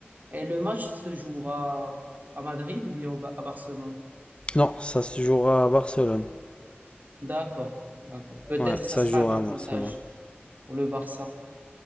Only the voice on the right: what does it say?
Et le match se jouera à Madrid ou bien au Ba- à Barcelone?
D'accord, d'accord. Peut-être
ça
sera
un avantage
pour le Barça.